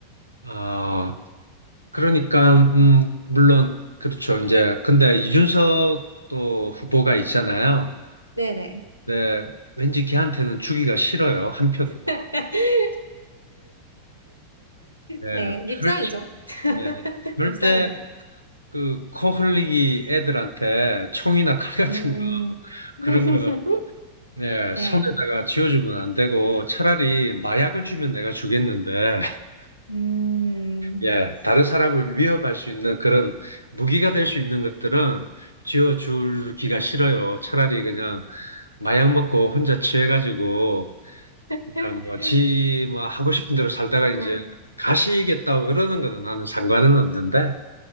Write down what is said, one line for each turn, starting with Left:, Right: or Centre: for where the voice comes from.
Right: 아, 그러니까, 음, 물론, 그렇죠. 이제, 근데 이준석 또 후보가 있잖아요.
Left: 네네.
Right: 네. 왠지 걔한테는 주기가 싫어요. 한 표도.
Left: <laughs>
Right: 네.
Left: 네, 밉상이죠.
Right: 절-
Left: <laughs>
Right: 네. 절대
Left: 밉상입니다.
Right: 그 코 흘리기 애들한테 총이나 칼 같은
Left: 음,
Right: 거
Left: <laughs>
Right: 그런 거 예,
Left: 네,
Right: 손에다가 쥐어주면 안 되고 차라리 마약을 주면 내가 주겠는데 <laughs>
Left: 음,
Right: 예, 다른 사람을 위협할 수 있는 그런 무기가 될 수 있는 것들은 쥐어주기가 싫어요. 차라리 그냥 마약 먹고 혼자 취해가지고
Left: <laughs>
Right: 그냥 뭐지뭐 하고 싶은 대로 살다가
Left: 네,
Right: 이제 가시겠다고 그러는 거는 나는 상관은 없는데